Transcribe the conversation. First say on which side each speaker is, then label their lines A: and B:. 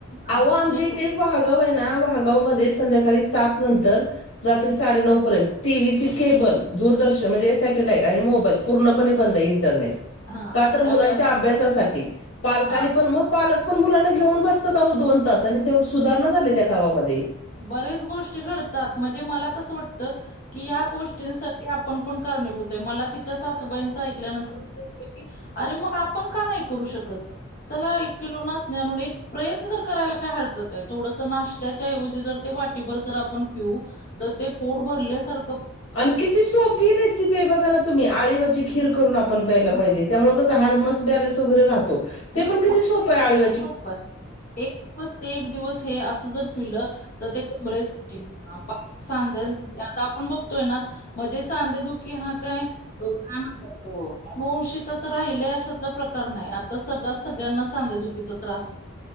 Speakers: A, on the left; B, on the left.
A: हा
B: अहो आमच्या
A: नेट
B: इथे एक वाहागाव ये ना वाहागाव मध्ये संध्याकाळी सात नंतर रात्री साडेनऊ पर्यंत, टी व्ही ची केबल, दूरदर्शन म्हणजे सॅटेलाईट आणि मोबाईल पूर्णपणे बंद. इंटरनेट
A: हा
B: का तर
A: त्यावेळे
B: मुलांच्या अभ्यासासाठी, पालकांनी
A: हा
B: पण म पालक पण मुलांना घेऊन बसतात आहो दोन तास आणि त्या सुधारणा झाले त्या गावामध्ये
A: बरेच गोष्टी घडतात. मजे मला कसं वाटतं की, या गोष्टींसाठी आपण पण कारणीभूत ये. मला तिच्या सासूबाईंच ऐकल्यानंत की, अरे मग आपण का नाय करू शकत. चला एक किलो नाचणी आणून, एक प्रयत्न तर करायला काय हरकत आय. थोडस नाशत्याच्याऐवजी जे जर ते वाटीभर जर आपण पिऊ तर ते पोट भरल्यासार
B: आणि किती सोपी रेसिपी ये बघा ना तुम्ही अळीवाची खीर करून आपण प्यायला
A: हां,
B: पाहिजे. त्यामुळे कस हार्मोन्स बॅलन्स वगैरे राहत. तो.
A: हां.
B: ते पण किती
A: मग
B: सोप ये आळीव
A: सोपं य, एक दिवस ते, एक दिवस हे असं जर पिलं तर ते कमरेसाठी आपण सांधेच दुखतात त्या नंतर आपण बघ. तो ना मजे सांध दुखी हा काय, काय मं कोण शिकच राहिलय अशतला प्रकार नाही आता सरदाच सगळ्यांना सांधे दुखी. तिझा त्रास,